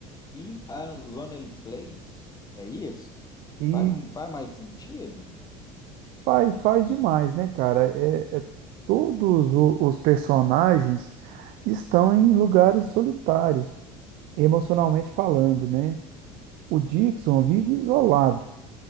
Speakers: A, on the left; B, on the right.
A: In a Lonely Place? É isso?
B: E
A: Faz, faz mais sentido?
B: Faz, faz demais, né, cara? É, é- é, todos o- os personagens estão em lugares solitários, emocionalmente falando, né? O Dixon vive isolado,